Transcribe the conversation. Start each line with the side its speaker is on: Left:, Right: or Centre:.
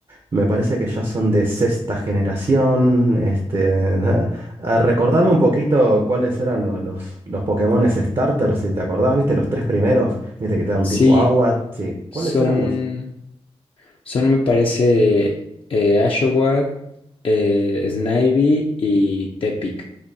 Right: me parece que ya son de sexta generación. Este, <laughs> ah, recordame un poquito cuáles eran lo- los, los Pokémones starters si te acordás, viste, los tres primeros, viste que te da un
Left: Sí,
Right: tipo agua, sí,
Left: son...
Right: ¿cuáles eran los?
Left: Son, me parece, eh, Ashowat, eh, Snivy y Tepic.